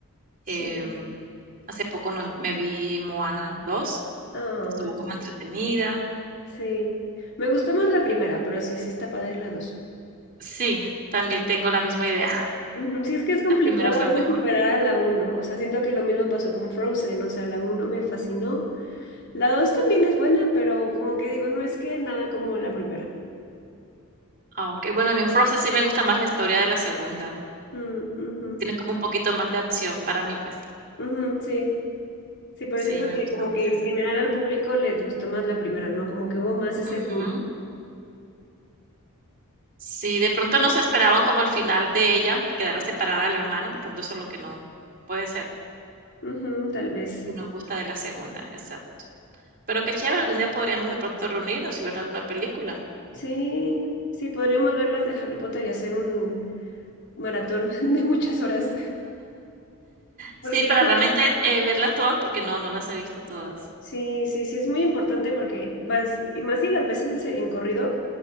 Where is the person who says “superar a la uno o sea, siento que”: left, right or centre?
Left